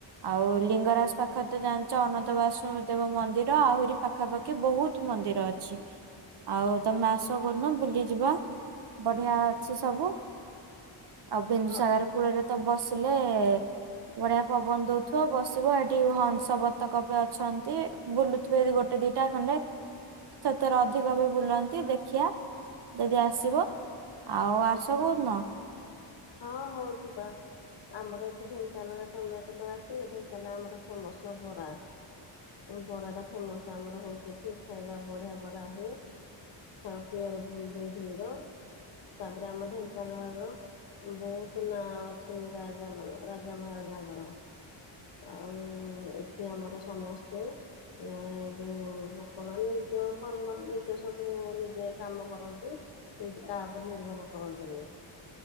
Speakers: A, on the right; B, on the left.
A: ଆଉ ଲିଙ୍ଗରାଜ ପାଖ ତ ଜାଣିଛ ଅନନ୍ତ ବାସୁ ଦେବ ମନ୍ଦିର ଆହୁରି ପାଖାପାଖି ବହୁତ ମନ୍ଦିର ଅଛି। ଆଉ ତମେ ଆସ କଉଦିନ ବୁଲି ଯିବା ବଢିଆ ଅଛି ସବୁ ଆଉ ବିନ୍ଦୁସାଗର
B: ହଁ
A: କୂଳରେ ତ ବସିଲେ ବଢିଆ ପବନ ଦଉଥିବ ବସିବ ଏଠ ଟୁ ହଂସ ବତକ ବି ଅଛନ୍ତି ବୁଲୁଥିବେ ଯଦି ଗୋଟେ ଦିଟା ଖଣ୍ଡେ ସେଥିରେ ଅଧିକ ବି ବୁଲନ୍ତି ଦେଖିିଆ ଯଦି ଆସିବ ଆଉ ଆସ କୋଉ ଦିନ
B: ହଁ ହଁ ଯିବା। ଆମର ଏଠି ଢେଙ୍କାନାଳ ରେ ତମେ କେତେବେଳେ ଆସିଲ ଢେଙ୍କାନା ଆମର ଫେମସ ବରା ବରାଟା ଫେମସ୍ ଆମର ହେଉଛି ଏଠି ଖାଇବା ବଢ଼ିଆ ବରା ହୁଏ। ଥାଉ ପିଓର ବିଧର ତାପରେ ଆମ ଢେଙ୍କାନାଳର ବହୁତ ନାଁ ଅଛି ରାଜା ମାନ ରାଜା ମହାରାଜାଙ୍କର। ଆଉ ଏଠି ଆମର ସମସ୍ତେ ଏ ଯୋଉ ଲୋକମାନେ ନିଜ କର୍ମରେ ନିଜେ ସବୁ ନିଜେ କାମ କରନ୍ତି। କେହି ତ କା ଉପରେ ନିର୍ଭର କରନ୍ତିନି।